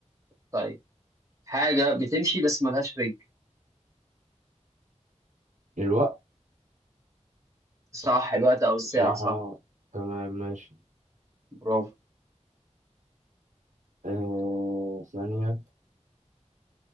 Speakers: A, on the right; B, on the right.
A: طيب حاجه بتمشي بس ملهاش رجل
B: الوقت
A: صح الوقت او الساعه
B: صراحة
A: صح
B: تمام ماشي
A: برافو
B: آه ثانية